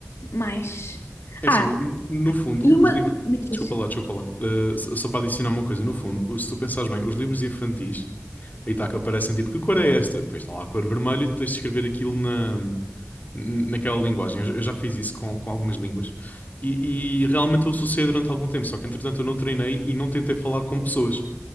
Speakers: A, on the left (about 75°); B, on the left (about 40°).
A: mas.
B: É
A: Ah,
B: assim, no, no fundo,
A: E uma.
B: os livros.
A: Diz
B: Desculpa
A: isso.
B: lá, desculpa lá. Eh, só só para adicionar uma coisa, no fundo, se tu pensares bem, os livros infantis, aí está que aparecem tipo, que cor é esta? Depois está lá a cor vermelha e tu tens de escrever aquilo na, naquela linguagem. Eu, já eu já fiz isso com, com algumas línguas e, e realmente eu associei durante algum tempo, só que entretanto eu não treinei e não tentei falar com pessoas.